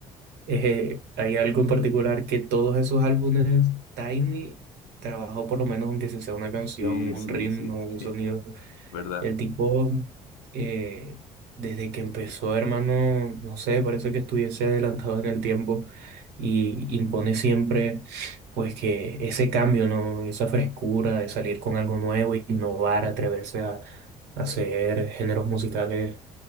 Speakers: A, on the right; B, on the left.
A: eh, hay algo en particular que todos esos álbumes, Tiny trabajó por lo menos, aunque si sea una canción,
B: Sí,
A: un
B: sí,
A: ritmo,
B: sí,
A: un
B: <laughs>
A: sonido.
B: verdad.
A: El tipo, eh, desde que empezó, hermano, no sé, parece que estuviese adelantado en el tiempo y impone siempre, pues, que ese cambio, ¿no? Esa frescura de salir con algo nuevo, innovar, atreverse a, hacer géneros musicales